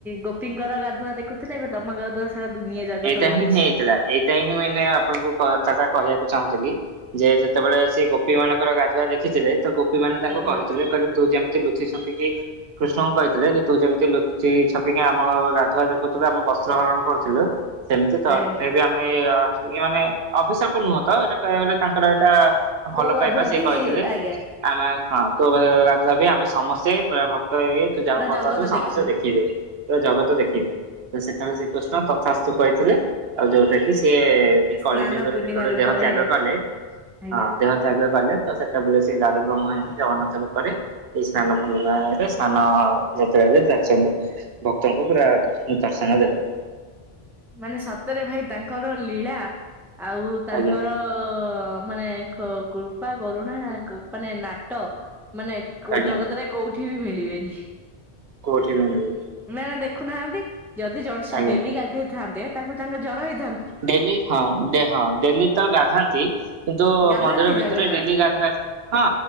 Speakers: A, in the centre; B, on the right (about 70°).
A: ଗୋପୀଙ୍କର ଗାଧୁଆ ଦେଖୁଥିଲେ ଏବେ ତମ ଗାଧୁଆ ସ ସାରା ଦୁନିଆଁ ଜାଗତ
B: ଏଇଟା
A: ଦେଖୁଛି।
B: ହିଁ ହେଇଥିଲା ଏଇଟା ହିଁ ମାନେ ଆପଣଙ୍କୁ କଥାଟା କହିବାକୁ ଚାହୁଁଥିଲି ଯେ ଯେତେବେଳେ ସେ ଗୋ ଗୋପୀ ମାନଙ୍କର ଗାଧୁଆ ଦେଖିଥିଲେ ତ ଗୋପୀ ମାନେ ତାଙ୍କୁ
A: ଆଜ୍ଞା
B: କହିଥିଲେ
A: ଆଜ୍ଞା
B: କହିଲେ ତୁ ଯେମିତି ଲୁଚି ଛପିକି କୃଷ୍ଣଙ୍କୁ କହିଥିଲେ ଯେ ତୁ ଯେମିତି ଲୁଚି ଛପିକି ଆମ ଗାଧୁଆ ଦେଖୁଥିଲୁ ଆମ ବସ୍ତ୍ର ହରଣ କରୁଥିଲୁ ସେମିତି ତତେ
A: ଆଜ୍ଞା
B: ବି ଆମେ ଅ ଏ ମାନେ ଅଭିଶାପ ନୁହଁ ତ ଏଇଟା କହିବାକୁ ଗଲେ ତାଙ୍କର ଏଇଟା ଭଲ
A: ତୋ ଗାଧୁଆ
B: ପାଇବା ସେ
A: ବି
B: କହିଥିଲେ
A: ଆଜ୍ଞା
B: ଆମେ ହଁ ତୋ ଗାଧୁଆ ବି ଆମେ ସମସ୍ତେ ବେ ଭ ଏ ତୁ ଯାହା
A: ପୁରା
B: କୁ ଭଲ
A: ଜଗତ
B: ପାଉଥିବୁ ସମସ୍ତେ
A: ଦେଖିବ।
B: ଦେଖିବେ ତ ଜଗତ ଦେଖିବ ତ ସେତେବେଳେ ଶ୍ରୀକୃଷ୍ଣ ତଥାସ ତୁ କହିଥିଲେ ଆଉ ଯୋଉଟା କି ସେ ଏଇ
A: ସ୍ନାନ
B: କଳି ଯୁଗରେ
A: ପୂର୍ଣ୍ଣିମା
B: ଯେତେବେଳେ
A: ରୂପରେ
B: ଦେହ ତ୍ୟାଗ କଲେ
A: ଆଜ୍ଞା
B: ହଁ ଦେହ ତ୍ୟାଗ କଲେ ତ ସେତବେଳେ ସେ ଦାରୁ ବ୍ରହ୍ମ ହେଇକି ଜଗନ୍ନାଥ ରୂପରେ ଏଇ ସ୍ନାନ ପୂର୍ଣ୍ଣିମାରେ ସ୍ନାନ ଯାତ୍ରାରେ ଯାଛନ୍ତି। ଭକ୍ତଙ୍କୁ ପୁରା ଦର୍ଶନ ଦେଲେ।
A: ମାନେ ସତରେ ଭାଇ ତାଙ୍କର ଲୀଳା ଆଉ ତାଙ୍କର
B: ଆଜ୍ଞା
A: ମାନେ କ କୃପା, କରୁଣା କୁ ମାନେ ନାଟ ମାନେ କୋ
B: ଆଜ୍ଞା
A: ଜଗତରେ କୋଉଠି ବି ମିଳିବେନି।
B: କେଉଠି ବି ମିଳିବେନି।
A: ନା ନା ଦେଖୁ ନାହାଁନ୍ତି ଯଦି ଜଣେ ସେ
B: ଆଜ୍ଞା
A: ଡେଲି ଗାଧେଇଥାନ୍ତେ ତାକୁ ତାଙ୍କ ଜର ହେଇ
B: ଡେଲି ହଁ ଡେ ହଁ ଡେଲି ତ ଗାଧାନ୍ତି କିନ୍ତୁ
A: ଗାଧାନ୍ତି
B: ମନ୍ଦିର ଭିତରେ
A: ଜଗନ୍ନାଥ
B: ଡେଲି ଗାଧା ହଁ